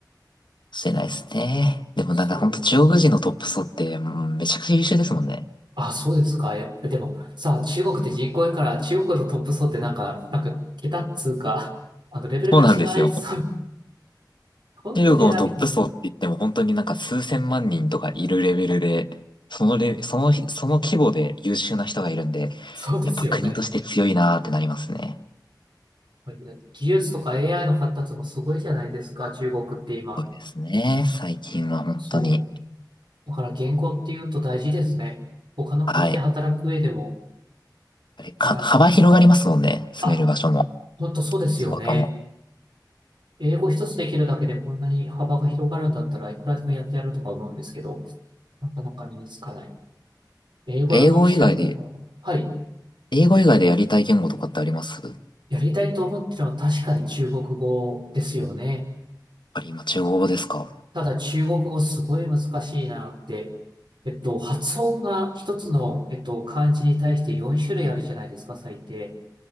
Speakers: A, on the left (about 85°); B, on the right (about 85°).
A: してないですね。でもなんかほんと中国人のトップ層って、
B: そう。
A: うん、めちゃくちゃ優秀ですもんね。
B: あ、そうですか。やっぱでも、さあ、中国って人口多いから、中国のトップ層ってなんか、なんか、桁っつうか、あの、レベルが違いそう。
A: そうなんですよ。
B: 本当に選びにくい。
A: 中国のトップ層って言っても本当になんか数千万人とかいるレベルで、そのレ、その、その規模で優秀な人がいるんで、
B: そうですよね。
A: やっぱ国として強いなーってなりますね。
B: やっぱり技術とか AI の発達もすごいじゃないですか、中国って今。
A: そうですね。最近は本当に。
B: そう。だから言語っていうと大事ですね。他の国で働く上でも。
A: はい。やっぱりか、
B: あ、
A: 幅広がりますもんね。住める場所も、
B: あ、本当そうですよね。
A: 仕事も。
B: 英語一つできるだけでこんなに幅が広がるんだったらいくらでもやってやるとか思うんですけど、なかなか身につかない。英語の学習法が、
A: 英語以外で、
B: はい。
A: 英語以外でやりたい言語とかってありますやっ
B: やりたいと思ってるのは確かに中国語ですよね。
A: ぱり今中国語ですか
B: ただ中国語すごい難しいなって、えっと、発音が一つの、えっと、漢字に対して4種類あるじゃないですか、最低。